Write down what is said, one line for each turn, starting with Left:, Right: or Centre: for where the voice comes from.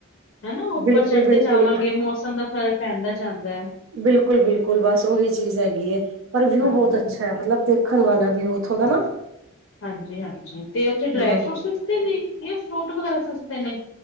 Left: ਹਨਾ ਉੱਪਰ
Right: ਬਿਲਕੁਲ
Left: ਚੜ੍ਹਦੇ
Right: ਬਿਲਕੁਲ
Left: ਜਾਵਾਂਗੇ ਮੌਸਮ ਦਾ ਫਰਕ ਪੈਂਦਾ ਜਾਂਦਾ ਹੈ।
Right: ਬਿਲਕੁਲ-ਬਿਲਕੁਲ ਬਸ ਉਹੀ ਚੀਜ਼ ਹੈਗੀ ਹੈ, ਪਰ ਵਿਊ
Left: ਹਾਂਜੀ
Right: ਬਹੁਤ ਅੱਛਾ ਹੈ ਮਤਲਬ ਦੇਖਣ ਵਾਲਾ ਵਿਊ। ਉੱਥੋਂ ਦਾ ਨਾ
Left: ਹਾਂਜੀ-ਹਾਂਜੀ ਤੇ ਉੱਥੇ ਡਰਾਈ
Right: ਹਾਂ
Left: ਫਰੂਟ ਸਸਤੇ ਨੇ ਜਾਂ ਫਰੂਟ ਵਗੈਰਾ ਸਸਤੇ ਨੇ